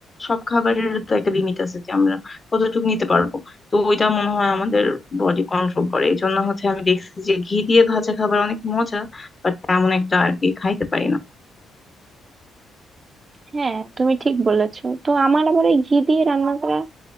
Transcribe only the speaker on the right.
হ্যাঁ তুমি ঠিক বলেছো তো আমার আবার এই ঘি দিয়ে রান্না করা